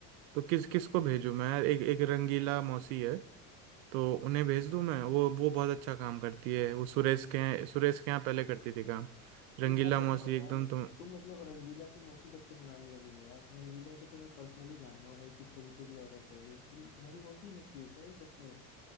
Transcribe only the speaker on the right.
तो किस किस को भेजूं मैं यार एक एक रंगीला मौसी है तो उन्हें भेज दूं मैं वो वो बहुत अच्छा काम करती है वो सुरेश के सुरेश के यहाँ पहले करती थी काम रंगीला
मौसी
एकदम तुम